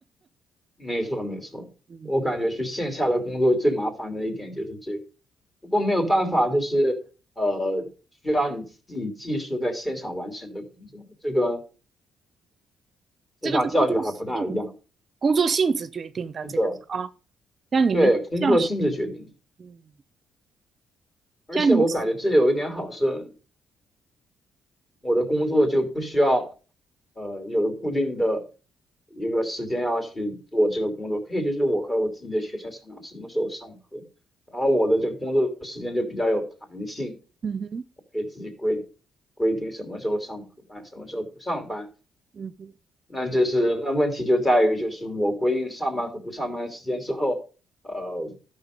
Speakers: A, on the left; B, on the right.
A: 没错，没错，
B: 嗯，
A: 我感觉去线下的工作最麻烦的一点就是这个，不过没有办法，就是呃，需要你自己技术在现场完成的工作，这个
B: 这个是工作性
A: 线上教学还不大一样。
B: 工作性质决定的，
A: 是的，
B: 这个是啊，像你们教学，
A: 对，工作性质决定的，
B: 嗯，
A: 而且我感觉这里有一点好是。
B: 像你们，
A: 我的工作就不需要，呃，有固定的一个时间要去做这个工作，可以就是我和我自己的学生商量什么时候上课，然后我的这个工作时间就比较有弹性，
B: 嗯哼，
A: 我可以自己规规定什么时候上课班，什么时候不上班，
B: 嗯哼，
A: 那就是那问题就在于，就是我规定上班和不上班的时间之后，呃，